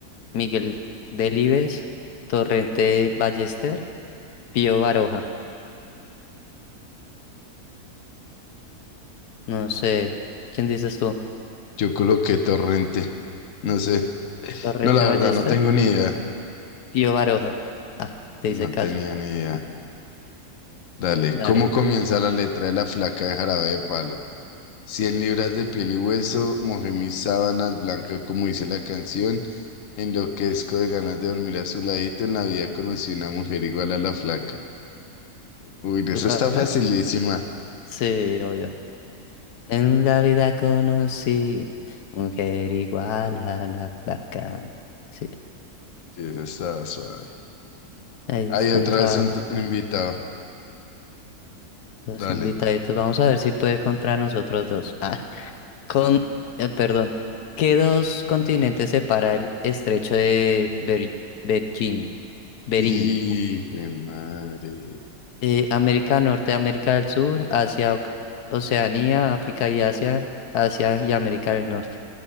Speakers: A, on the left (about 80°); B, on the left (about 60°).
A: Miguel Delibes, Torrente Ballester, Pío Baroja. No sé. ¿Quién dices tú?
B: Yo coloqué torrente. No sé.
A: ¿Torrente
B: No, la
A: Ballester?
B: verdad, no tengo ni idea.
A: Pío Baroja. Ah, te
B: No
A: hice caso.
B: tenía ni idea. Dale,
A: Dale,
B: ¿cómo comienza la letra de la flaca de Jarabe de Palo? Cien libras de piel y hueso, mojé mis sábanas blancas como dice la canción, enloquezco de ganas de dormir a su ladito, en la vida conocí una mujer igual a la flaca. Uy, eso
A: ¿tú sabes?
B: está facilísima.
A: Sí, obvio. En la vida conocí mujer igual a la placa. Sí,
B: Sí, eso está suave.
A: ahí
B: Hay otra
A: entró
B: vez
A: alguien.
B: un t- invitado.
A: Los
B: Dale.
A: invitaditos. Vamos a ver si puede contra nosotros dos. Ah, con, eh, perdón. ¿Qué dos continentes separa el estrecho de Ber- Bergin- Berín?
B: Y, de madre.
A: Eh, América Norte, América del Sur, Asia, Oc- Oceanía, África y Asia, Asia y América del Norte.